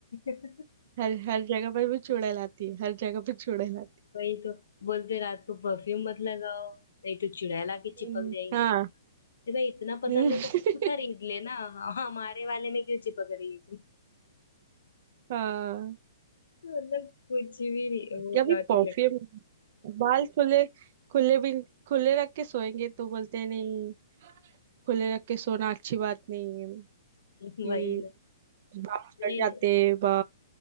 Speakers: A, on the left; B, on the right.
A: है <laughs>
B: हर हर जगह पर भी चुड़ैल आती है हर जगह पर चुड़ैल आती
A: वही तो बोलते हैं, रात को परफ्यूम मत लगाओ नहीं तो चुड़ैल आके
B: है
A: चिपक
B: हम्म,
A: जाएगी
B: हाँ
A: अरे भाई इतना
B: हम्म,
A: पसंद है तो खुद खरीद लेना हाँ, हमारे वाले में क्यों चिपक रही है तुम
B: <laughs> हाँ
A: <laughs> मतलब कुछ भी नहीं वो
B: कभी
A: लॉजिक
B: परफ्यूम
A: लगा
B: बाल खुले खुले भी खुले रख के सोएंगे तो बोलते हैं नहीं खुले रख के सोना अच्छी बात नहीं है
A: <laughs>
B: कि
A: वही
B: बाल
A: ना
B: झड़ जाते हैं बा